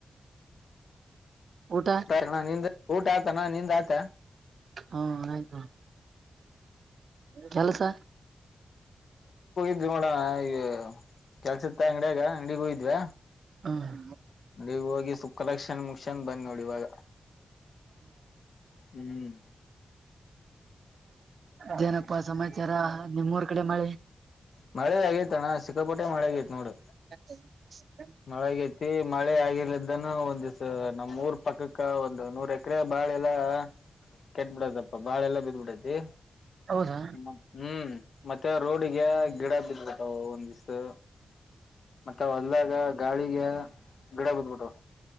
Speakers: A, on the right (about 75°); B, on the left (about 70°).
A: ಊಟ
B: ಸರಿ ನ ನಿಂದ ಊಟ ಆತನಾ ನಿಂದ ಆತ
A: ಹಾ ಆಯ್ತು ಕೆಲಸ
B: ಇ ಮಾಡೋಣ ಈ ಕೆಲ್ಸ ಇತ್ತ ಅಂಗಡಿಯಾಗ ಅಂಗಡಿಗೆ ಹಯಿದ್ವ
A: ಹ್ಮ
B: ನಡಿಗ್ ಹೋಗಿ ಸುಕ್ಕಲಕ್ಷನ್ ಮುಗಕ್ಷನ್ ಬಂದ್ ನೋಡಿ ಇವಾಗ
A: <unintelligible>
B: ಹ್ಮ್
A: ಯನಪ್ಪ ಸಮಾಚಾರ ನಿಮೂರ್ ಕಡೆ ಮಾಡಿ
B: ಮಳೆದ ಆಗೇತ್ತ ಅಣ್ಣ ಸಿಕ್ಕಾಪೋಟೆ ಮಳೆ ಆಗೇತ್ ನೋಡು
A: ಹ <unintelligible>
B: ಮಳೆ ಆಗೈತಿ ಮಳೆ ಆಗಿರ್ಲ ಎಂದ್ ಇದನ್ನ ಒಂದಿಸ ನಮ್ಮ್ ಊರ್ ಪಕ್ಕಕ್ಕ ಒಂದು ನೂರ್ ಎಕರೆ ಬಾಳೆ ಎಲೆ ಆ ಕೆಟ್ ಬಿಡದಪ್ಪ ಬಾಳೆ ಎಲೆ ಬಿದ್ಬಿಟ್ಟತಿ
A: ಹೌದಾ
B: ಹ್ಮ ಹ್ಮ್ ಮತ್ತೆ ಮತ್ತೆ ರೋಡಿಗೆ ಗಿಡ ಬಿದ್ಬಿಟ್ಟವು ಒಂದ್ ದಿಸ್ಸ್ ಮತ್ತೆ ಹೊಲ್ದಾಗ ಗಾಳಿಗೆ ಗಿಡ ಬಿದ್ಬಿಟ್ಟವು